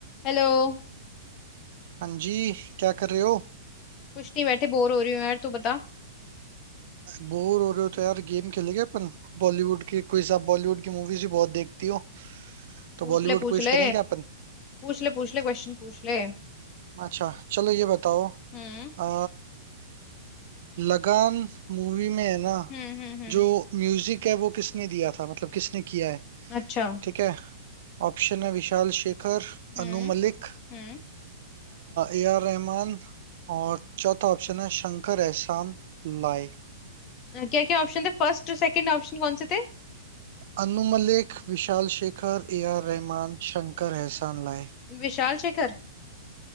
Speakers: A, on the left; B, on the right.
A: हेलो
B: हाँ जी क्या कर रहे हो
A: कुछ नहीं बैठे बोर हो रही हूँ यार तू बता
B: बोर हो रहे हो तो यार गेम खेलेंगे अपन बॉलीवुड की क्विज आप बॉलीवुड की मूवीज ही बहुत देखती हो तो
A: पूछ
B: बॉलीवुड
A: ले पूछ
B: क्विज
A: ले
B: करेंगे अपन
A: पूछ ले पूछ ले क्वेश्चन पूछ ले
B: अच्छा चलो ये बताओ
A: हम्म
B: आ, लगान मूवी में है ना
A: हम्म हम्म हम्म
B: जो म्यूजिक है वो किसने दिया था मतलब किसने किया है
A: अच्छा
B: ठीक है ऑप्शन है विशाल शेखर
A: हम्म
B: अनु मलिक
A: हम्म
B: ए आर रहमान और चौथा ऑप्शन है Shankar Ehsaan Loy
A: क्या क्या ऑप्शन थे फर्स्ट सेकंड ऑप्शन कौन से थे
B: Anu Malik Vishal Shekhar A R Rahman Shankar Ehsaan Loy
A: विशाल शेखर